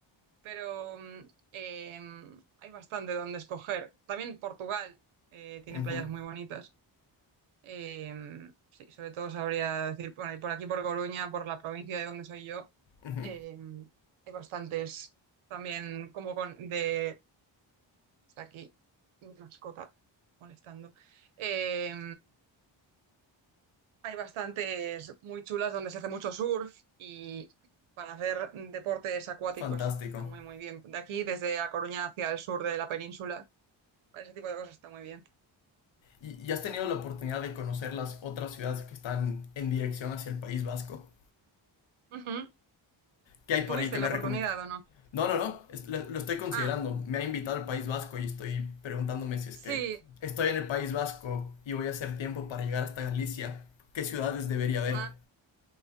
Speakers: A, on the right; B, on the left.
A: pero mm, em, hay bastante donde escoger. También Portugal eh, tiene
B: Ujú,
A: playas muy bonitas. Em, sí, sobre todo sabría decir, bueno, y por aquí, por Coruña, por la provincia de donde soy yo,
B: ujú.
A: em, hay bastantes también como con, de Está aquí mi mascota molestando. Eh, hay bastantes muy chulas donde se hace mucho surf y para hacer deportes acuáticos
B: Fantástico.
A: está muy, muy bien. De aquí, desde A Coruña hacia el sur de la península, para ese tipo de cosas está muy bien.
B: ¿Y, y has tenido la oportunidad de conocer las otras ciudades que están en dirección hacia el País Vasco?
A: Ujú.
B: ¿Qué hay por
A: ¿Tuviste
B: ahí que
A: la
B: me
A: oportunidad o no?
B: No, no, no, lo estoy considerando.
A: Ah,
B: Me ha invitado al País Vasco y estoy preguntándome si es
A: sí.
B: que estoy en el País Vasco y voy a hacer tiempo para llegar hasta Galicia. ¿Qué ciudades debería ver?
A: Ajá.